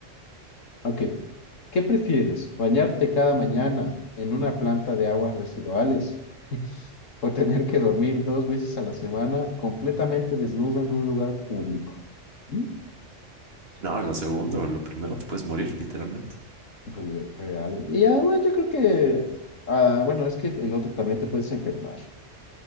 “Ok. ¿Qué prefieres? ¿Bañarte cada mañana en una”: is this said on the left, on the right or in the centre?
Left